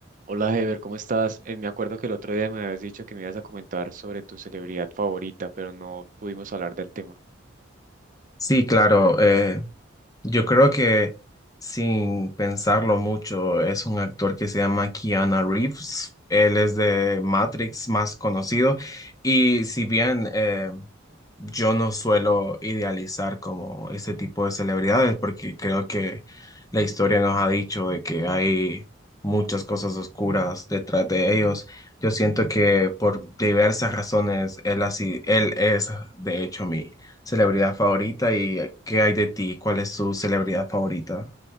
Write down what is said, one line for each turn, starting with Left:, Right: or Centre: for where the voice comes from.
Right: Hola Heber, ¿cómo estás? Eh, me acuerdo que el otro día me habías dicho que me ibas a comentar sobre tu celebridad favorita, pero no pudimos hablar del tema.
Left: Sí, claro. eh, yo creo que sin pensarlo mucho, es un actor que se llama Keanu Reeves. Él es de Matrix más conocido. Y si bien eh, yo no suelo idealizar como este tipo de celebridades, porque creo que la historia nos ha dicho de que hay muchas cosas oscuras detrás de ellos. Yo siento que por diversas razones él así, él es de hecho mi celebridad favorita y qué hay de ti, cuál es tu celebridad favorita.